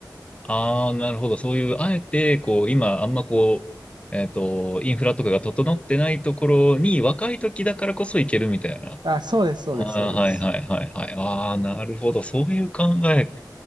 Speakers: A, on the left (about 15°); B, on the right (about 80°).
A: ああ、なるほど。そういう、あえて、こう、今、あんまこう、えっと、インフラとかが整ってないところに、若い時だからこそ行けるみたいな。
B: あ、そうです、そうです、
A: ああ、
B: そうです。
A: はいはいはいはい。ああ、なるほど。そういう考え